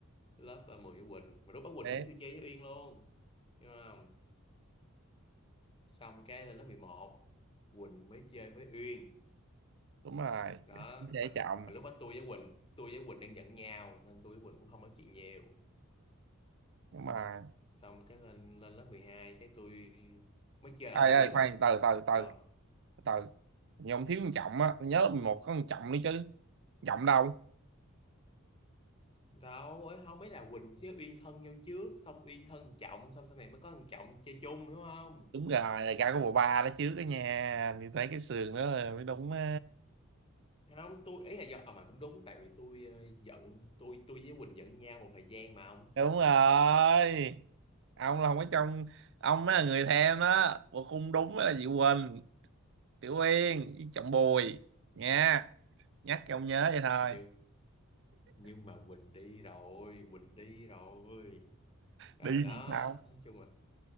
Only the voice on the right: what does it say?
Đấy,
đúng rồi.
Dễ
chậm.
Đúng rồi
ai
ai
khoan từ từ từ
từ nhưng ông thiếu con trọng á tôi nhớ lớp 11 có con trọng nữa chứ trọng đâu
đúng rồi đại ca có bộ ba đó chứ cái nhà thì thấy cái sườn đó là mới đúng á
đúng rồi ông là không có trong ông mới là người thêm đó bộ khung đúng mới là chị Quỳnh Tiểu Uyên với Trọng Bùi nha nhắc cho ông nhớ vậy thôi
đi
thì sao